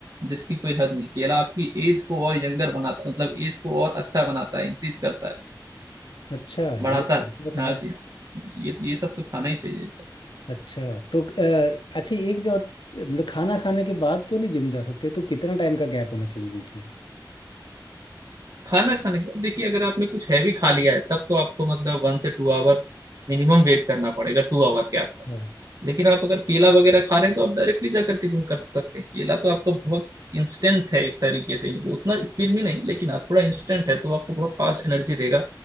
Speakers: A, on the right (about 50°); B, on the left (about 85°).
A: जिसकी कोई हद नहीं केला आपकी एज को और यंगर बनाता मतलब एज को और अच्छा बनाता है इंक्रीज करता है
B: अच्छा
A: बढ़ाता
B: ये मेरे
A: है
B: को पता
A: हाँ
B: था
A: जी हाँ ये ये सब तो खाना ही चाहिए एकदम
B: अच्छा तो अ, अच्छा एक जो और मतलब खाना खाने के बाद तो नहीं जिम जा सकते तो कितना टाइम का गैप होना चाहिए बीच में
A: खाना खाने के बाद देखिए अगर आपने कुछ हैवी खा लिया है तब तो आपको मतलब वन से टू आवर्स मिनिमम वेट करना पड़ेगा टू आवर के आसपास
B: हाँ
A: लेकिन आप अगर केला वगैरह खा रहे हैं तो आप डायरेक्टली जा करके जिम कर सकते हैं केला तो आपका बहुत इंस्टेंट है एक तरीके से ही वो उतना स्पीड में नहीं लेकिन आप थोड़ा इंस्टेंट है तो आपको बहुत फास्ट एनर्जी देगा